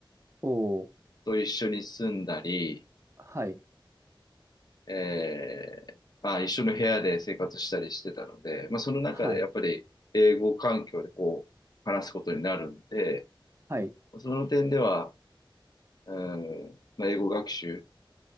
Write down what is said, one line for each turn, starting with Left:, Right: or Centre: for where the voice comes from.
Right: おー。
Left: と一緒に住んだり、
Right: はい。
Left: えーまあ、一緒の部屋で生活したりしてたので、まあ、その中でやっぱり英語環境でこう、
Right: はい。
Left: 話すことになるんで、
Right: はい。
Left: その点では、うん、まあ、英語学習